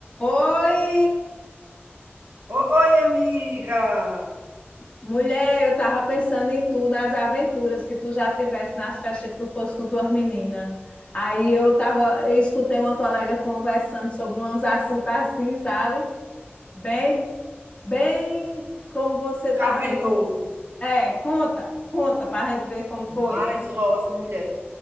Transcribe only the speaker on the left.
Oi,
mulher, eu tava pensando em tu, nas aventuras que tu já tivesse nas festas que tu fosse com tuas meninas. Aí eu tava, eu escutei uma colega conversando sobre uns assuntos assim, sabe? Bem, bem como você
tava. con- É, conta, conta, pra gente ver como
foi.